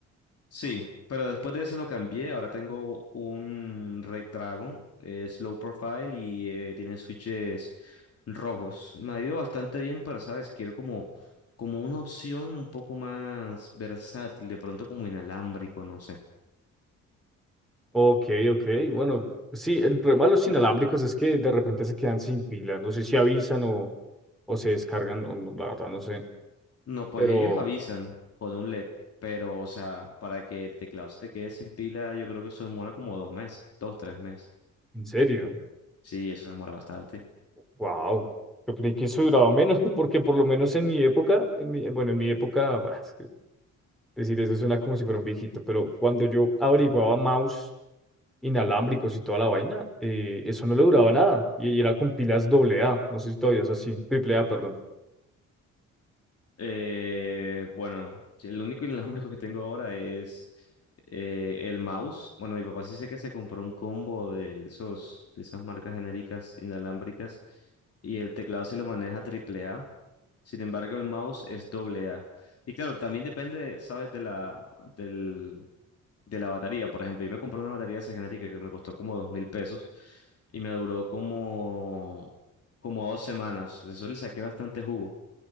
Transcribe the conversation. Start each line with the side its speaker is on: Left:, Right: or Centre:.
Left: Sí, pero después de ese lo cambié, ahora tengo un Red Dragon, es Slow Profile y eh, tiene switches rojos. Me ha ido bastante bien, pero sabes, quiero como, como una opción un poco más versátil, de pronto como inalámbrico, no sé.
Centre: Ok, ok. Bueno, sí, el problema de los inalámbricos es que de repente se quedan sin pila. No sé si avisan o, o se descargan, o no, la verdad no sé.
Left: No, pues
Centre: Pero,
Left: ellos avisan con un LED, pero, o sea, para que el teclado se te quede sin pila, yo creo que eso demora como dos meses, dos, tres meses.
Centre: en serio,
Left: Sí, eso demora bastante.
Centre: wow. Yo creí que eso duraba menos, <laughs> porque por lo menos en mi época, en mi, bueno, en mi época, bah, es que decir eso suena como si fuera un viejito, pero cuando yo averiguaba mouse inalámbricos y toda la vaina, eh, eso no le duraba nada. Y, y era con pilas doble A, no sé si todavía es así, triple A, perdón.
Left: Eh, bueno, sí, el único inalámbrico <laughs> que tengo ahora es eh, el mouse. Bueno, mi papá sí sé que se compró un combo de esos, de esas marcas genéricas inalámbricas y el teclado sí lo maneja triple A. Sin embargo, el mouse es doble A. Y claro, también depende, ¿sabes? De la, del, de la batería. Por ejemplo, yo me compré una batería de esa genérica que me costó como dos mil pesos y me duró como, como dos semanas. Eso le saqué bastante jugo.